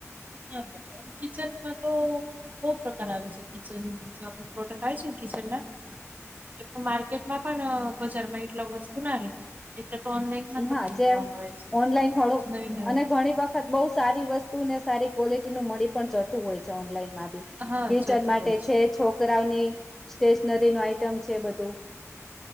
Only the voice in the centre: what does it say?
<inaudible>
હા જે
ઓનલાઈન થોડું
અને ઘણી બહુ સારી વસ્તુ ને સારી ક્વોલિટી નું મળી પણ જતું હોય છે ઓનલાઈન માં.
કિચન
માટે
છે છોકરાઓની સ્ટેશનરી નું આઈટમ છે બધું.